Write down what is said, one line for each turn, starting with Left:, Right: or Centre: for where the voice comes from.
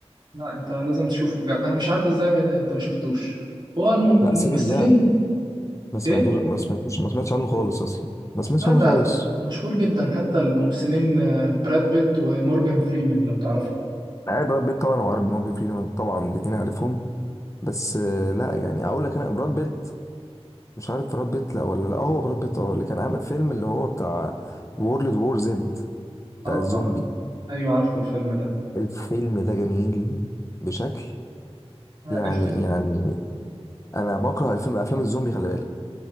Right: لا انت لازم تشوفه بجد انا مش عارف ازاي ما- انت ما شفتوش هو الم-
Left: لا
Right: الممثلين
Left: سيفن ده ما سمعتوش
Right: ايه
Left: ما سمعتوش ما سمعتش عنه خالص اصلا ما سمعتش
Right: هذا
Left: عنه خالص
Right: مشهور جدا حتى الممثلين آه، براد بيت ومورجان فريمان لو تعرفه
Left: عارف براد بيت طبعا وعارف مورجان فريمان طبعا الاتنين عارفهم بس آه، لا يعني اقول لك انا براد بيت مش عارف براد بيت لا ولا لا آه، هو براد بيت اه اللي كان عامل فيلم اللي هو بتاع وورلد وور زد بتاع
Right: اه
Left: الزومبي
Right: أنا- ايوه عارفه الفيلم ده
Left: الفيلم ده جميل بشكل
Right: آه،
Left: يعني
Right: الفيلم
Left: يعني انا بكره الفيلم افلام الزومبي خلي بالك